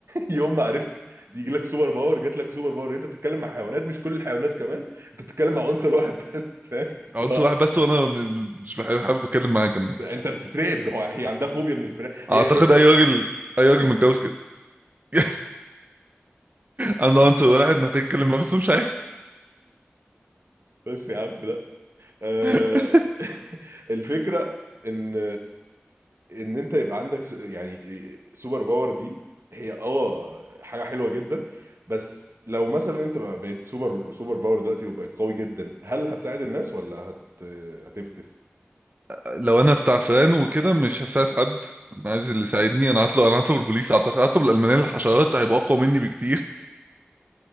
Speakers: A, on the right (about 80°); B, on the right (about 40°).
A: يوم ما عرفت يجي لك سوبر باور جات لك سوبر باور انت بتتكلم مع حيوانات مش كل الحيوانات كمان انت بتتكلم مع عنصر واحد بس فاهم
B: عنصر
A: لا
B: واحد بس وانا م- مش بحب- حابب اتكلم معاه كمان
A: انت بتترعب هو هي عندها فوبيا من الفراخ هي
B: اعتقد
A: هي,
B: اي
A: هي.
B: راجل اي راجل
A: آه،
B: متجوز كده <laughs> عنده عنصر واحد محتاج يتكلم معاه بس مش عارف
A: بس يا عم لا آه،
B: <laughs>
A: <laughs> الفكره ان ان انت يبقى عندك س- يعني سوبر باور دي هي اه حاجه حلوه جدا بس لو مثلا انت بقى- بقيت سوبر سوبر باور دلوقتي وبقيت قوي جدا هل هتساعد الناس ولا هت هتفكس
B: لو انا بتاع فران وكده مش هساعد حد انا عايز اللي يساعدني انا هطلب انا هطلب البوليس اعتقد هطلب الالمانيه للحشرات هيبقى اقوى مني بكتير